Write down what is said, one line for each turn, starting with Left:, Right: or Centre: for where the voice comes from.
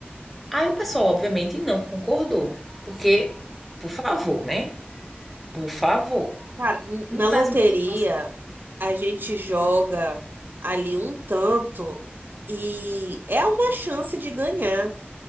Centre: Aí o pessoal, obviamente, não concordou, porque, por favor, né? Por favor.
Right: Cara, n-
Centre: Não
Right: na
Centre: faz
Right: loteria,
Centre: o menor sentido.
Right: a gente joga ali um tanto e é uma chance de ganhar.